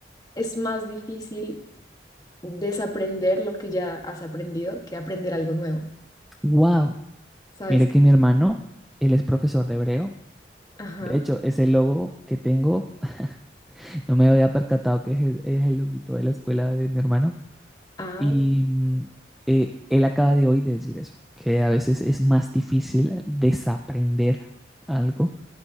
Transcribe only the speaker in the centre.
Wow.
Mire que mi hermano, él es profesor de hebreo.
De hecho, ese logo que tengo, <laughs> no me había percatado que es, el- es el loguito de la escuela de mi hermano.
Y mm, eh, él acaba de hoy de decir eso, que a veces es más difícil desaprender algo